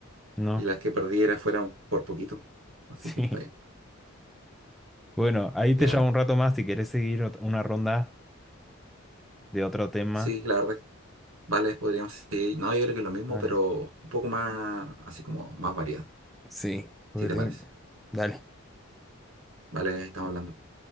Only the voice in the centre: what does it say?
¿no?
<laughs>
Sí.
Bueno, ahí te
llamo un rato más si querés seguir ot- una ronda de otro tema.
Vale.
Sí, porque
tengo...
Dale.